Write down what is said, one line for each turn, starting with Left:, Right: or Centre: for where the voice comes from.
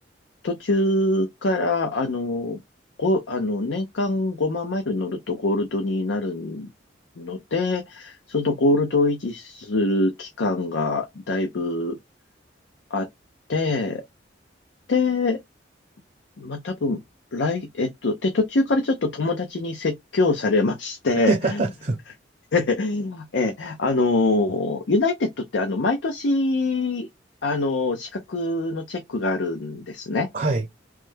Left: 途中から、あの、ご、あの、年間5万マイル乗るとゴールドになるので、そのゴールドを維持する期間がだいぶあって、でまあ、多分、来、えっと、で、途中からちょっと友達に説教されまして、
Right: <laughs>
Left: <laughs> え、あの、ユナイテッドってあの、毎年、あの、資格のチェックがあるんですね。
Right: はい。